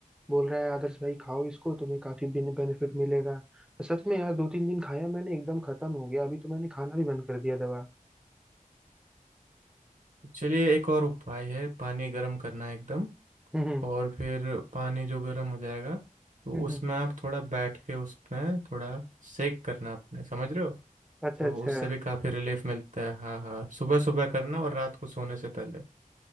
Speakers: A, in the centre; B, on the right.
A: बोल रहा है आदर्श भाई खाओ इसको तुम्हें काफी बेनिफिट मिलेगा सच में यार दो तीन दिन खाया मैंने एकदम खत्म हो गया अभी तो मैंने खाना भी बंद कर दिया दवा
B: चलिए एक और उपाय है पानी गर्म करना एकदम
A: हम्म हम्म
B: और फिर पानी जो गर्म हो जाएगा तो
A: हम्म,
B: उसमें आप थोड़ा बैठ के उसमें थोड़ा सेक करना अपने समझ रहे हो
A: अच्छा
B: तो
A: अच्छा
B: उससे भी काफ़ी रिलीफ मिलता है हाँ हाँ सुबह सुबह करना और रात को सोने से पहले